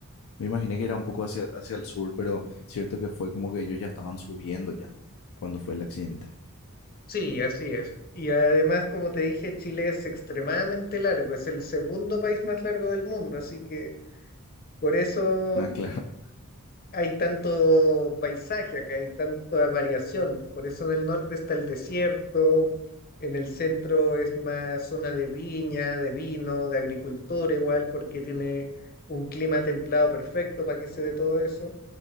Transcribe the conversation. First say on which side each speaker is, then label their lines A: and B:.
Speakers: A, on the left; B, on the left.
A: me imaginé que era un poco hacia, hacia el sur, pero cierto que fue como que ellos ya estaban subiendo ya cuando fue el accidente.
B: Sí, así es. Y además, como te dije, Chile es extremadamente largo, es el segundo país más largo del mundo, así que por eso
A: Ah, <laughs> claro.
B: hay tanto paisaje acá, hay tanta variación. Por eso en el norte está el desierto, en el centro es más zona de viña, de vino, de agricultura igual, porque tiene un clima templado perfecto para que se dé todo eso.